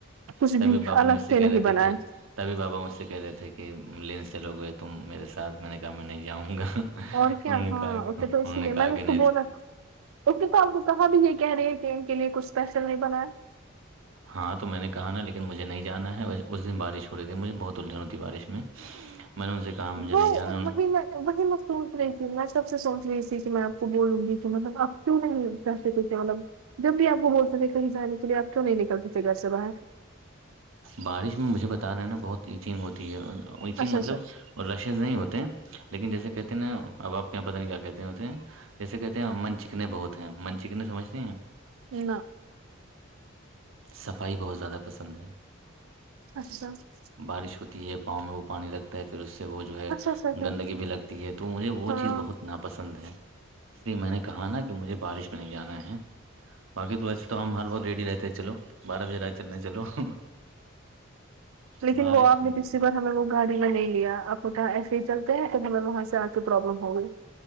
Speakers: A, on the right; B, on the right.
A: کچھ
B: تبھی
A: بھی
B: بابو
A: الگ
B: مجھ
A: سے
B: کہہ
A: نہیں
B: رہے تھے
A: بنایا
B: کہ تبھی بابا مجھ سے کہہ رہے تھے کہ لینس چلو گے تم میرے ساتھ میں نے کہا میں نہیں جاؤں گا انہوں
A: اور کیا
B: نے
A: ہاں
B: کہا کہ
A: ا
B: انہوں
A: تو اسی لیے
B: کہا
A: میں نے
B: کہ
A: اس
B: نہیں
A: کو بولا
B: تو-
A: ڈاکٹر صاحپ کو کہاں بھی یہ کہہ رہے ہیں کہ ان کے لیے کچھ اسپیشل نہیں بنا ہے
B: ہاں تو میں نے کہا نا لیکن مجھے نہیں جانا ہے اس دن بارش ہو رہی تھی مجھے بہت الجھن ہوتیھی بارش میں من سے کہا مجھے
A: وہ
B: نہیں جانا انہوں-
A: وہی میں وہی میں سوچ رہی تھی میں سب سے سوچ رہی تھی کہ میںپ بولوں گی تو مطلب اب کیوں نہیں تھے مطلب جب بھی آپ کو بول ستے تھ کہیں جانے کے لیے آپ کیوں نہیں نکلتی تھے گھر سے باہر
B: بارش میں مجھے بتا رہے ہیں نا بہت ایتنگ ہوتی ہے نگ
A: اچھا
B: مطلب
A: اچھا
B: اور رشز نہیں ہوتے لیکن جیسے کہ اب آپ کے یہاں پت نہیں کیا کہتے ہوتے ہیں جیسے کہتے ہیں من چکنے بہت ہیں من چکنے سمجھتی ہیں
A: نہ نہ
B: صفائی بہت زیادہ پسند ہے
A: اچھا اچھا
B: بارش ہوتی ہے پاؤں میں وہ پانی لگ پھر اس سے وہ جو ہے
A: اچھا اچھا
B: گندگی بھی لگتی ہے تو مجھے وہ
A: ہاں
B: چیز بہت ناپ پسند ہے اس لیے میں نے کہا نا کہ مجھے بارش پہ نہیں جانا ہے باقی تو ویسے تو ہم ہر وقگ ریڈی رہتے چلو بارہ بجے رات چلنے چلو <inaudible>
A: لیکن
B: بارش
A: وہ آپ
B: میں
A: نے
B: مجھے-
A: پچھلی بار ہمیں وہ گاڑی میں نہیں لیا اب پت ایسے ہی چلتے ہیں تب ہمیں وہاں سے آ کے پروبلم ہو گئی